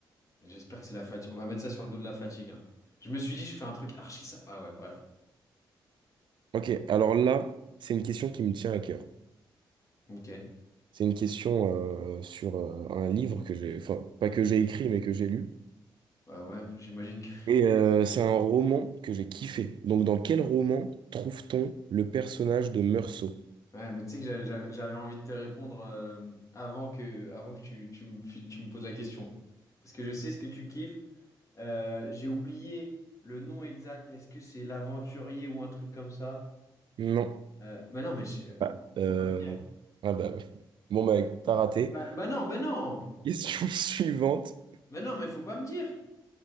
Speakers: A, on the left; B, on the right.
A: j'espère que c'est la fatigue. On va mettre ça sur le dos de la fatigue. hein. Je me suis dit, je fais un truc archi ça. Ah ouais, bref.
B: Ok, alors là, c'est une question qui me tient à cœur.
A: Ok.
B: C'est une question euh, sur euh, un livre que j'ai, enfin, pas que j'ai écrit, mais que j'ai lu.
A: Bah ouais, j'imagine que
B: Et euh, c'est un roman que j'ai kiffé. Donc, dans quel roman trouve-t-on le personnage de Meursault?
A: Ouais, mais tu sais que j'avais j'avais- j'avais envie de te répondre euh, avant que, avant que tu, tu, me fi- tu me poses la question. Parce que je sais ce que tu kiffes. Euh, j'ai oublié le nom exact. Est-ce que c'est l'aventurier ou un truc comme ça?
B: Non.
A: Euh, bah non, mais je- euh,
B: Ah, euh,
A: Faut pas me dire.
B: ah bah, ouais. bon, bah, t'as raté.
A: bah, bah non, bah non!
B: Question <laughs> suivante.
A: Bah non, mais faut pas me dire!